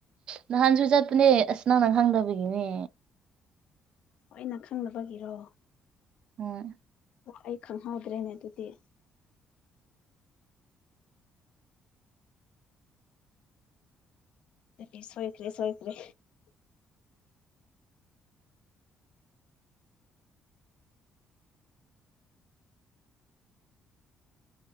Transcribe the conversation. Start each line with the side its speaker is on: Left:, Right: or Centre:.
Right: ꯅꯍꯥꯟꯁꯨ ꯆꯠꯄꯅꯦ ꯑꯁ ꯅ ꯅꯪ ꯈꯪꯗꯕꯒꯤꯅꯦ
Left: ꯑꯩꯅ ꯈꯪꯅꯕꯒꯤꯔꯣ
Right: ꯍꯣꯏ
Left: ꯑꯩ ꯈꯪꯍꯧꯗ꯭ꯔꯦꯅꯦ ꯑꯗꯨꯗꯤ ꯑ ꯁꯣꯏꯈ꯭ꯔꯦ ꯁꯣꯏꯈ꯭ꯔꯦ